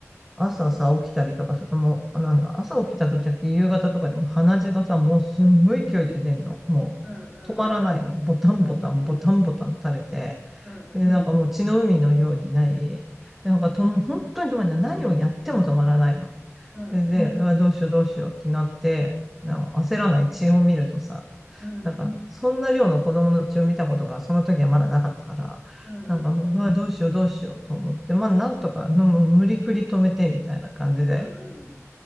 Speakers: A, in the centre; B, on the right (about 20°).
A: 朝さ、起きたりとか、それとも、なんだ、朝起きた時じゃなくて夕方とかでも鼻血がさ、もうすんごい勢いで出んの。も
B: うん、うん、
A: う、止まらないの。ボタンボタン、
B: うん、
A: ボタンボタン垂れて。
B: うん、
A: で、なんかもう血の海のようになり、なんかと、本当に止まらない。何をやっても止まらないの。
B: うん、うん、
A: で、でうわどうしようどうしようってなって、なんか焦らない血を見るとさ、
B: うん、
A: なんか、そんな量の子供の血を見たことが、その時はまだなかったから、
B: うん、
A: なんか、
B: うん、
A: うわ、どうしようどうしようと思って、まあ、なんとか、のもう無理くり止めてみたいな感じで、
B: うん、
A: っ
B: うん、